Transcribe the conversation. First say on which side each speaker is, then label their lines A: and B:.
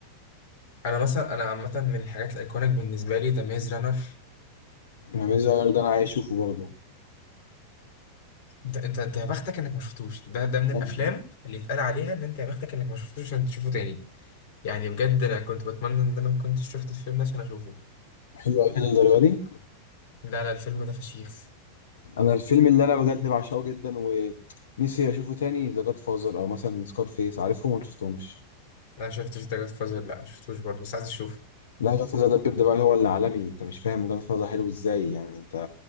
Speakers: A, on the left; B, on the left.
A: أنا مثلا أنا عامة من الحاجات الأيكونيك بالنسبة لي ذا ميز رانر
B: ما بيز ده أنا عايز أشوفه برضه
A: انت انت انت يا بختك انك ما شفتوش ده ده من الافلام
B: طب،
A: اللي يتقال عليها ان انت يا بختك انك ما شفتوش عشان تشوفه تاني يعني بجد انا كنت بتمنى ان انا ما كنتش شفت الفيلم ده عشان اشوفه
B: حلو أوي كده الدرجة دي
A: لا لا الفيلم ده فشيخ
B: أنا الفيلم اللي أنا بجد بعشقه جدا ونفسي أشوفه تاني ذا جاد فازر أو مثلا سكار فيس عارفهم ولا مشفتهمش
A: انا شفتش ده جاد فازر لا ما شفتوش برضه بس عايز اشوفه
B: لا جاد فازر ده بجد بقى هو اللي عالمي أنت مش فاهم جاد فازر حلو إزاي يعني